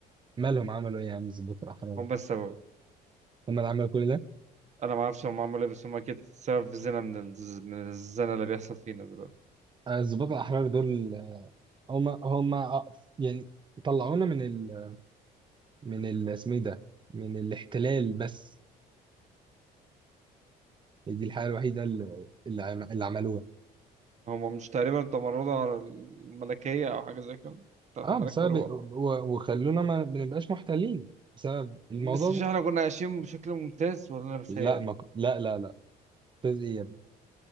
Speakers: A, on the right; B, on the right.
A: مالهم عملوا ايه يا عم الضباط الاحرار
B: هم السبب
A: هم اللي عملوا كل ده
B: انا ما اعرفش هم عملوا ايه بس هم اكيد سبب في زنا من الز- من الزنا اللي بيحصل فينا دلوقتي
A: آه، الضباط الاحرار دول آه، هم هم آه، يعني طلعونا من ال من ال اسمه ايه ده من الاحتلال بس دي الحاجة الوحيدة اللي اللي عم- اللي عملوها
B: هما مش تقريبا تمردوا على الملكية أو حاجة زي كده بتاعت
A: اه
B: الملك
A: بسبب
B: فاروق
A: و- وخلونا ما بنبقاش محتلين بسبب الموضوع
B: بس مش
A: ده
B: احنا كنا عايشين بشكل ممتاز ولا أنا بتهيألي
A: لا ما ك... لا لا لا ممتاز ايه يا ابني